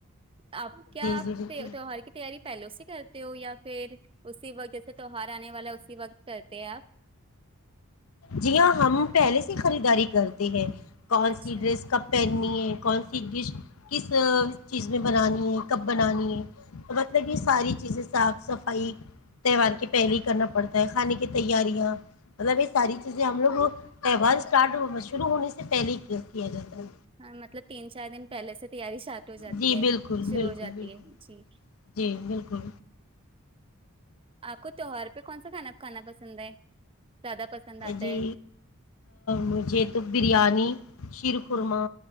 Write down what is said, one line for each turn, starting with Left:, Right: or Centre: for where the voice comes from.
Right: آپ کیا
Left: جی
Right: آپ
Left: جی بالکل
Right: تیوہار کی تیاری پہلے اس سے کرتے ہو یا پھر اسی و جیسے تو ہار آنے والا ہے اسی وقت کرتے ہیں آپ
Left: جی ہاں ہم پہلے سے خریداری کرتے ہیں کون
Right: اچھا
Left: سی ڈریس کب پہن کون سی ڈش کس چیز میں بنانی ہے کب بنانی ہے تو مطلب یہ ساری چیزیں صاف صفائی تہوار کے پہل ہی کرنا پڑتا کھانے کی تیاریاں مطلب اس ساری چیزیں ہم لوگ تہوار اسٹارٹ شروع ہونے سے پہلے ہی کیا جاتا ہے
Right: ہاں مطلب تین چار دن پہلے سے تیاری شارٹ ہو جاتی
Left: جی
Right: ہے
Left: بالکل
Right: شروع
Left: بالکل
Right: ہو جاتی
Left: بالکل
Right: ہے جی
Left: جی بالکل
Right: آپ کو تیوار پہ کون سا کھانا کانا پسند ہے زیادہ پسند آتا
Left: جی
Right: ہے
Left: مجھے تو بریانی شیر خورما
Right: ہوں،